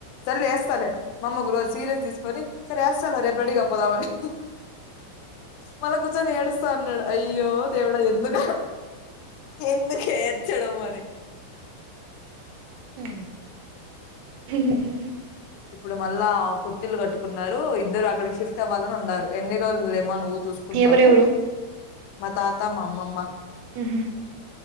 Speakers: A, on the left; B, on the right.
A: సరే వేస్తాలే మమ్మగ రోజు సీరియస్ తీసుకొని సరే ఏస్తాలె రేపడిగా పోదామని మళ్ళా కూర్చొని ఏడుస్ స్తాన్నాడు. అయ్యో దేవుడ ఎందుకు ఎందుకేడ్చడం మరి
B: హు హు
A: ఇప్పుడు మళ్ళా కొత్తిళ్లు కట్టుకున్నారు ఇద్దరు అక్కడికి షిఫ్ట్ అవ్వాలని ఉన్నారు ఎన్ని రోజులుమో ను్ చూసుకుంటావు
B: ఎవరెవరు
A: మా తాత మా అమ్మమ్మ
B: ఉహు